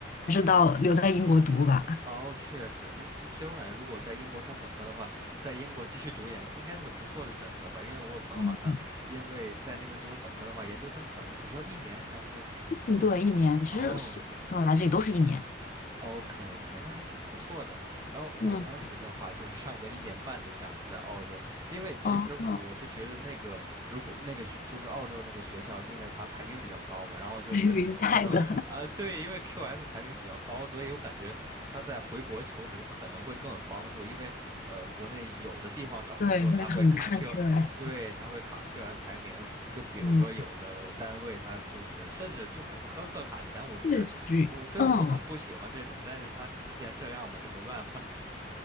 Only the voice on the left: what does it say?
还是到留在英国读吧。
嗯
嗯对，一年，其实所本来这里都是一年。
嗯，
哦，哦
<laughs> 明白的，
对，会很看
c u r i o s
嗯，
是，
嗯。